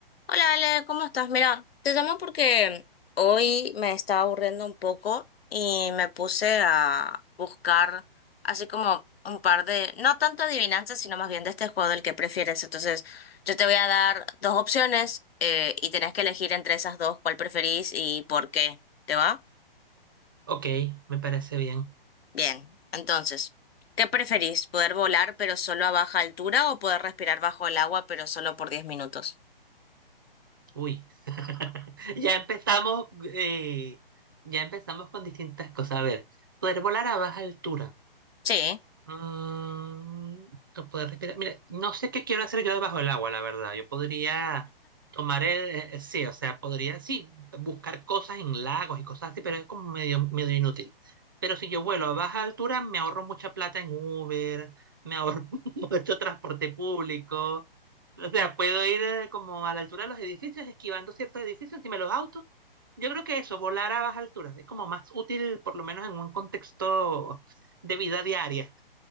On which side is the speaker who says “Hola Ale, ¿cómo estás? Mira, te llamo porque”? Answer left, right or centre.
Left